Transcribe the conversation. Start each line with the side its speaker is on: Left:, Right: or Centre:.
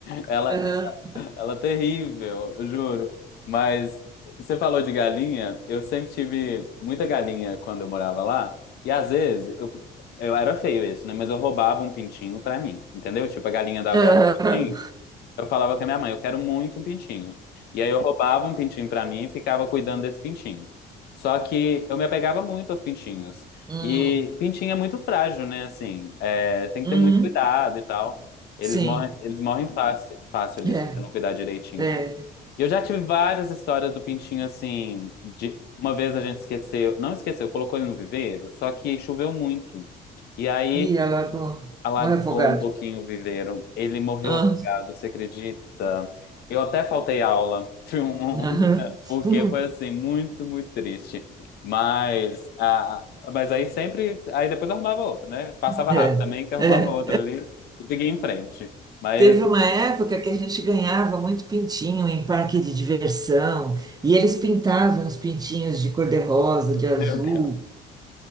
Left: Ela,
Right: Aham.
Left: Ela é terrível, eu juro. Mas você falou de galinha, eu sempre tive muita galinha quando eu morava lá. E às vezes, eu, eu era feio isso, né? Mas eu roubava um pintinho pra mim, entendeu? Tipo, a galinha dava
Right: Aham.
Left: um pintinho. Eu falava com a minha mãe, eu quero muito um pintinho. E aí eu roubava um pintinho pra mim e ficava cuidando desse pintinho. Só que eu me apegava muito aos pintinhos.
Right: Hum.
Left: E pintinho é muito frágil, né? Assim, é, tem
Right: Uhum.
Left: que ter muito cuidado e tal. Eles
Right: Sim.
Left: morrem, eles morrem fácil, fácil ali,
Right: É,
Left: se você não cuidar direitinho.
Right: é.
Left: E eu já tive várias histórias do pintinho, assim, de uma vez a gente esqueceu, não esqueceu, colocou ele no viveiro, só que choveu muito. E aí
Right: e ela alagou.
Left: Alagou
Right: Um refogado.
Left: um pouquinho o viveiro. Ele morreu
Right: Ah,
Left: afogado, você acredita? Eu até faltei aula, <laughs>
Right: aham.
Left: porque
Right: <laughs>
Left: foi assim, muito, muito triste. Mas, ah, mas aí sempre, aí depois eu arrumava outro, né? Passava
Right: É,
Left: rápido também, que eu arrumava
Right: é.
Left: outro ali e seguia em frente. Mas,
Right: Teve uma época que a gente ganhava muito pintinho em parque de diversão, e eles pintavam os pintinhos de cor-de-rosa, de azul.
Left: meu Deus.